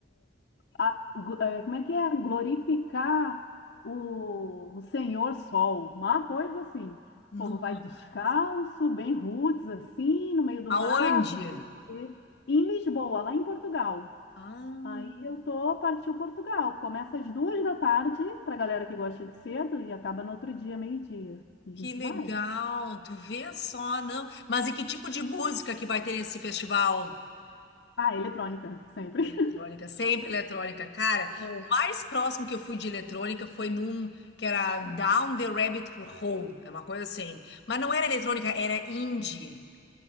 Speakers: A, on the left; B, on the left.
A: a- gl- é, como é que é? Glorificar o, o Senhor Sol, uma coisa assim.
B: nossa.
A: O povo vai descalço, bem roots, assim, no meio do mato.
B: Aonde?
A: E em Lisboa, lá em Portugal.
B: Ah,
A: Aí eu tô, partiu Portugal. Começa às duas da tarde, pra galera que gosta de cedo, e acaba no outro dia, meio-dia. E a
B: que
A: gente
B: legal.
A: vai.
B: Tu vê só, não. Mas e que tipo de música que vai ter nesse festival?
A: Ah, eletrônica, sempre.
B: Eletrônica,
A: <laughs>
B: sempre eletrônica, cara.
A: É.
B: O mais próximo que eu fui de eletrônica foi num que era Down the Rabbit Hole, é uma coisa assim. Mas não era eletrônica, era indie.